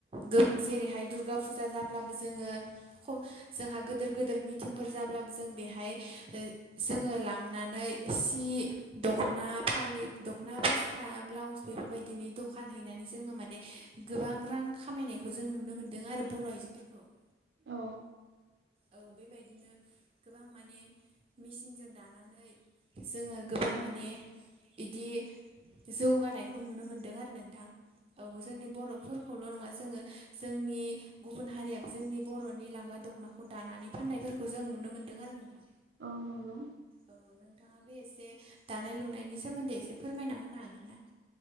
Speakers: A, on the right; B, on the right.
A: जेरैहाय दुर्गा फुजा जाब्लाबो जोङो ख जोंहा गोदोर गोदोर मिटिंफोर जाब्लाबो जों बेहाय जोङो लांनानै सि दख'ना फालि दख'ना फास्रा ब्लाउस बेफोरबायदिनि द दखान हैनानै जोङो माने गोबां रां खामायनायखौ जों नुनो मोनदों आरो बर' आइजोफोरखौ। <inaudible>
B: औ
A: औ बेबायदिनो गोबां माने मेचिनजों दानानै जोङो गोबां माने इदि जौगानायखौ नुनो मोन्दों आरो नों थां औ जोंनि बर' फोर खौल' नङा जोङो जोंनि गुबुन हारियाबो जोंनि बर'नि लांगा दख'ना खौ दानानै फाननायफोरखौ जों नुनो मोनदों आरो नोंथां।
B: औ नंगौ
A: औ नोंथाङाबो एसे दानाय लुनायनि सोमोन्दै एसे फोरमायना होनो हागोन ना?